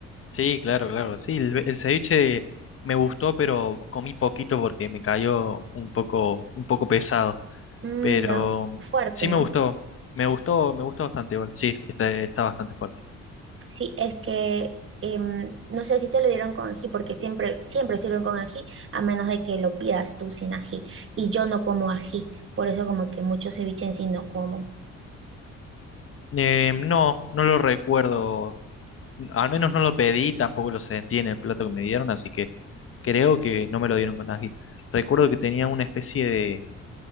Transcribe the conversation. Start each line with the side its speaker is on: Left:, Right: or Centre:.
Left: Sí, claro, claro. Sí, el, el ceviche me gustó, pero comí poquito porque me cayó un poco, un poco pesado.
Right: Mm,
Left: Pero
Right: no, fuerte,
Left: sí
Right: ¿no?
Left: me gustó. Me gustó, me gustó bastante igual. Sí, está, está bastante fuerte.
Right: Sí, es que em, no sé si te lo dieron con ají, porque siempre, siempre sirven con ají, a menos de que lo pidas tú sin ají. Y yo no como ají, por eso como que mucho ceviche en sí no como.
Left: Eh, no, no lo recuerdo. Al menos no lo pedí, tampoco lo sentí en el plato que me dieron, así que creo que no me lo dieron con ají. Recuerdo que tenía una especie de,